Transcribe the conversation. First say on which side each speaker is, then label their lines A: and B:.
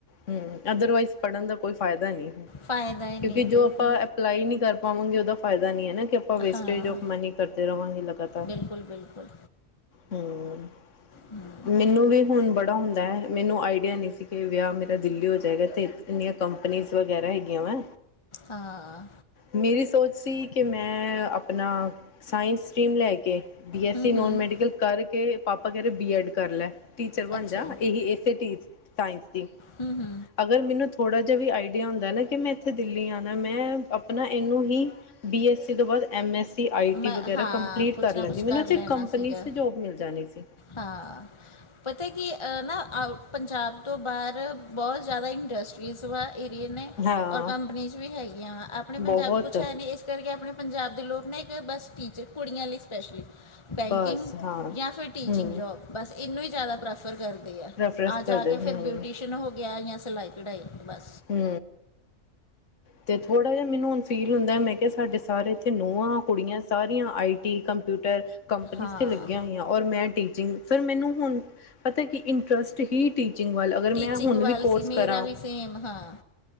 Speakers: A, on the left; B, on the left.
A: ਹੂੰ ਅਦਰਵਾਈਜ਼ ਪੜ੍ਹਨ ਦਾ ਕੋਈ ਫਾਇਦਾ ਨੀ ਹੈ
B: ਫਾਇਦਾ ਹੀ ਨਹੀਂ
A: ਕਿਉਂਕਿ ਜੋ
B: ਬਿਲਕੁਲ
A: ਆਪਾਂ ਅਪਲਾਈ ਨੀ ਕਰ ਪਾਵਾਂਗੇ ਓਦਾ ਫਾਇਦਾ ਨੀ ਐ ਨਾ ਕਿ ਆਪਾਂ ਵੇਸਟੇਜ
B: ਹਾਂ
A: ਆੱਫ ਮਨੀ ਕਰਦੇ ਰਵਾਂਗੇ ਲਗਾਤਾਰ
B: ਬਿਲਕੁਲ ਬਿਲਕੁਲ
A: ਹੂੰ
B: ਹੂੰ
A: ਮੈਨੂੰ ਵੀ ਹੁਨ ਬੜਾ ਹੁੰਦਾ ਐ, ਮੈਨੂੰ ਆਈਡੀਆ ਨਹੀਂ ਸੀ, ਕਿ ਵਿਆਹ ਮੇਰੇ, ਦਿੱਲੀ ਹੋ ਜਾਏਗਾ, ਤੇ ਇੰਨੀਆਂ ਕੰਪਨੀਜ਼ ਵਗੈਰਾ ਹੈਗੀਆਂ ਵੇ।
B: ਹਾਂ,
A: ਮੇਰੀ ਸੋਚ ਸੀ, ਕਿ ਮੈਂ ਆਪਨਾ ਸਾਇੰਸ ਸਟਰੀਮ ਲੈ ਕੇ ਬੀ -ਐੱਸ-
B: ਹੂੰ
A: ਸੀ,
B: ਹੂੰ
A: ਨੋਨ ਮੈਡੀਕਲ ਕਰਕੇ ਪਾਪਾ ਕੇਹ ਰਹੇ ਬੀ ਐਡ ਕਰ ਲੈ। ਟੀਚਰ ਬਣ
B: ਅੱਛਾ
A: ਜਾਂ,
B: ਜੀ
A: ਇਹੀ ਇਸੇ ਟੀਚ ਸਾਇੰਸ ਦੀ।
B: ਹੂੰ-ਹੂੰ,
A: ਅਗਰ, ਮੈਨੂੰ ਥੋੜ੍ਹਾ ਜਿਹਾ ਵੀ ਆਈਡੀਆ ਹੁੰਦਾ ਨਾ, ਕਿ ਮੈਂ ਇੱਥੇ ਦਿੱਲੀ ਆਣਾ, ਮੈਂ ਆਪਣਾ ਏਨੂੰ ਹੀ - ਬੀ- ਐੱਸ- ਸੀ ਤੋਂ ਬਾਅਦ M- S -C, I- T
B: ਮੈਂ
A: ਵਗੈਰਾ
B: ਹਾਂ
A: ਕੰਪਲੀਟ
B: ਕੁਛ
A: ਕਰ
B: ਨਾ ਕੁਛ
A: ਲੈਂਦੀ, ਮੈਨੂੰ ਉੱਥੇ ਇੱਕ
B: ਲੈਣਾ
A: ਕੰਪਨੀ
B: ਸੀਗਾ
A: 'ਚ ਜੋਬ ਮਿਲ ਜਾਣੀ ਸੀ।
B: ਹਾਂ। ਪਤਾ ਕਿ, ਨਾ ਆਊ ਪੰਜਾਬ ਤੋਂ ਬਾਹਰ ਬਹੁਤ ਜਾਦਾ ਇੰਡਸਟਰੀਜ਼ ਵਾ। ਏਰੀਏ ਨੇ,
A: ਹਾਂ
B: ਔਰ ਕੰਪਨੀਜ ਵੀ ਹੈਗੀਆਂ ਵਾ, ਆਪਣੇ ਪੰਜਾਬ
A: ਬਹੁਤ
B: 'ਚ ਕੁਛ ਹੈ ਨਈ ਇਸ ਕਰਕੇ ਆਪਣੇ, ਪੰਜਾਬ ਦੇ ਲੋਕ ਨਾ, ਇੱਕ ਬਸ ਟੀਚਰ ਕੁੜੀਆਂ ਲਈ ਸਪੈਸ਼ਲੀ ਬੈਂਕਿੰਗ
A: ਬਸ ਹਾਂ
B: ਜਾਂ ਫਿਰ ਟੀਚਿੰਗ
A: ਹਮ
B: ਜੋਬ, ਬਸ ਏਨੂੰ ਈ ਜਾਦਾ ਪ੍ਰੈਫਰ ਕਰਦੀ।
A: ਰੈਫਰੈਂਸ
B: ਆ ਜਾ
A: ਕਰਦੇ
B: ਕੇ
A: ਹਮ
B: ਫਿਰ ਬਿਊਟੀਸ਼ਨ ਹੋ ਗਿਆ, ਜਾਂ ਸਿਲਾਈ ਕਢਾਈ ਬਸ।
A: ਹੂੰ, ਤੇ ਥੋੜ੍ਹਾ ਜਿਹਾ, ਮੈਨੂੰ ਹੁਣ ਫੀਲ ਹੁੰਦਾ, ਮੈਂ ਕਿਆ ਸਾਡੇ ਸਾਰੇ ਇੱਥੇ ਨੌਆਂ, ਕੁੜੀਆਂ ਸਾਰੀਆਂ ਆਈ ਟੀ, ਕੰਪਿਊਟਰ ਕੰਪਨੀਸ
B: ਹਾਂ
A: 'ਚ ਲੱਗੀਆਂ ਹੋਈਆਂ। ਔਰ ਮੈਂ ਟੀਚਿੰਗ ਫੇਰ, ਮੈਨੂੰ ਹੁਣ ਪਤਾ ਕਿ ਇੰਟ੍ਸ ਹੀ ਟੀਚਿੰਗ ਵ ਅਗਰ, ਮੈਂ
B: ਟੀਚਿੰਗ
A: ਹੁਣ
B: ਵੱਲ
A: ਵੀ ਕੋਰਸ
B: ਸੀ ਮੇਰਾ
A: ਕਰਾਂ।
B: ਵੀ ਸੇਮ ਹਾਂ